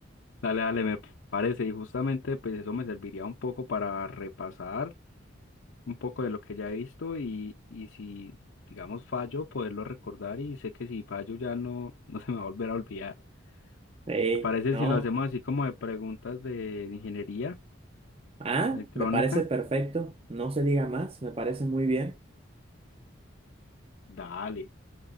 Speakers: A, on the left (about 70°); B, on the right (about 30°).
A: dale, dale, me parece. Y justamente pues eso me serviría un poco para repasar un poco de lo que ya he visto y, y si, digamos, fallo, poderlo recordar y sé que si fallo ya no, <laughs> no se me va a volver a olvidar.
B: Sí,
A: ¿Te parece
B: ¿no?
A: si lo hacemos así como de preguntas de ingeniería
B: Ah,
A: electrónica?
B: me parece perfecto, no se diga más, me parece muy bien.
A: Dale,